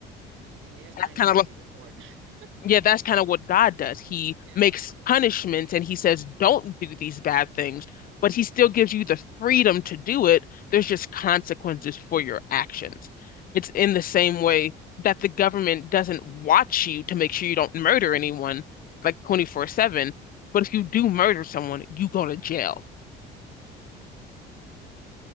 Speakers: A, on the right; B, on the left.
A: And there's
B: That's
A: Minority
B: kind of
A: Report. <laughs>
B: yeah, that's kind of what God does. He
A: Yeah.
B: makes punishments and he says, don't do these bad things, but he still gives you the freedom to do it. There's just consequences for your actions. It's in the same way that the government doesn't watch you to make sure you don't murder anyone like 24/7, but if you do murder someone, you go to jail.